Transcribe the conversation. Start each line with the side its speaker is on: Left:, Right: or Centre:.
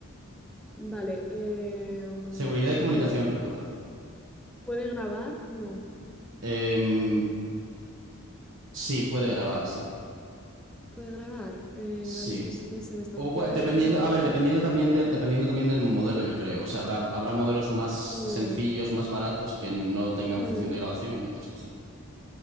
Centre: Vale. eh, mm,
Right: Seguridad y comunicación,
Centre: mm.
Right: recuerda.
Centre: ¿Puede grabar? No.
Right: Em, sí, puede grabar, sí.
Centre: ¿Puede grabar? Eh,
Right: Sí.
Centre: vale, es que se me, se me está ocurriendo.
Right: O bu- dependiendo, a ver, dependiendo también del, dependiendo también del modelo, yo creo. O sea, habrá, habrá modelos más
Centre: Mm,
Right: sencillos, más baratos, que no tengan
Centre: mm.
Right: función de grabación y otros que sí.